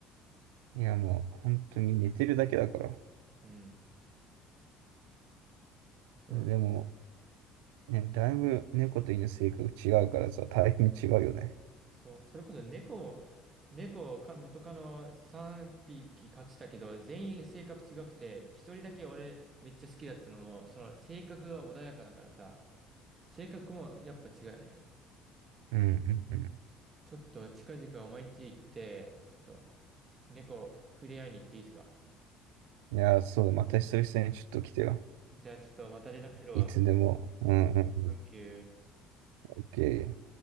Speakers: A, on the right; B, on the right.
A: うん。いやもう本当に寝てるだけだから。
B: うん。そうそう。
A: でも、ね、だいぶ猫と犬性格違うからさ、大変違うよね。
B: そう、それこそ猫も、猫をか元カノ3匹飼ってたけど、全員性格違くて、一人だけ俺めっちゃ好きだったのも、その性格は穏やかだからさ、性格もやっぱ違うよね。
A: うんうん
B: ちょっと近々毎日行って、ちょっと猫触れ合いに行っていいですか
A: うん。いやー、そうだ、また久々にちょっと来てよ。
B: じゃあちょっとまた連絡するわ。
A: い、いつでも。うんうんう
B: サンキュー。
A: ん。OK。